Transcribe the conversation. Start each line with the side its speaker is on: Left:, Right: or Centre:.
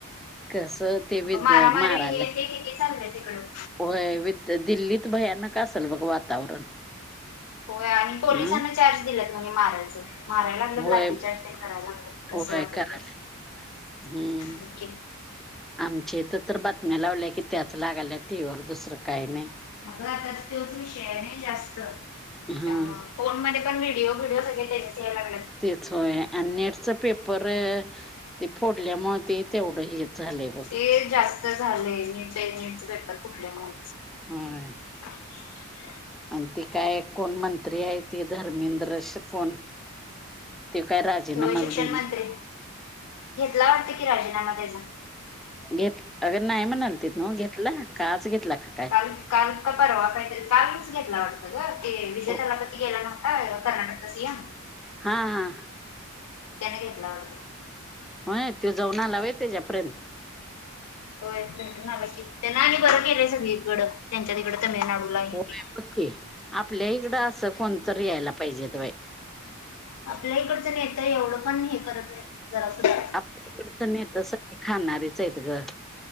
Centre: कसं ते विद
Left: आता मारा मारी
Centre: माराल्यात
Left: हे ते किती चाललय तिकडं.
Centre: होय विद्या दिल्लीत भयानक असेल बघ वातावरण.
Left: होय आणि पोलिसांना
Centre: अं
Left: चार्ज दिल्यात म्हणे मारायचं. माराय लागल्यात
Centre: होय
Left: लाठीचार्ज तेन कराय लागल्यात कसं
Centre: होय
Left: वाटेल
Centre: कराल
Left: तसं,
Centre: हम्म
Left: बघ की.
Centre: आमच्या हीत तर बातम्या लावल्या की त्याच लागाल्यात टीव्हीवर दुसरं काही नाही.
Left: अग आता त्योच विषय नाई जास्त. त्यामुळ
Centre: हा
Left: फोन मध्ये पण व्हिडिओ बिडीओ सगळे तेजच याय लागल्यात.
Centre: तेच होय आणि नेटचं पेपरं ते फोडल्यामुळ ते तेवढं हेच झालय
Left: ते जास्त झालंय नीटय, नीटच पेपर फुठल्यामुळ
Centre: होय.
Left: <inaudible>
Centre: आण ते काय कोण मंत्री हाय ते धर्मेंद्र श कोण? त्यो काय राजेनामाचं
Left: होय शिक्षण
Centre: दीना.
Left: मंत्री घेतला वाटतकी राजीनामा तेजा?
Centre: घेत अगं नाही म्हणालतीत नव, घेतला का आज घेतला का काय?
Left: काल का परवा काय तरी, कालच घेतला वाटतं गं ते विजय
Centre: हा
Left: थालापती गेला ना <unintelligible> कर्नाटकचा सीएम
Centre: हां हां.
Left: त्याने घेतला वाटतं?
Centre: होय त्यो जाऊन आला वय तेज्यापर्यंत?
Left: होय टून टून आला की, तेन आणि बरं केलंय सगळीकडं. त्यांच्या तिकडं तमिळनाडूला हे
Centre: होय
Left: ते
Centre: बगकी, आपल्या हिकडं असं कोणतरी यायला पाहिजेत बाय.
Left: आपल्याहीकडचं नेत एवढं पण हे करत नाहीत जरा सुद्धा
Centre: आपल्या ईडच नेत सगळ खाणारीच आहेत गं.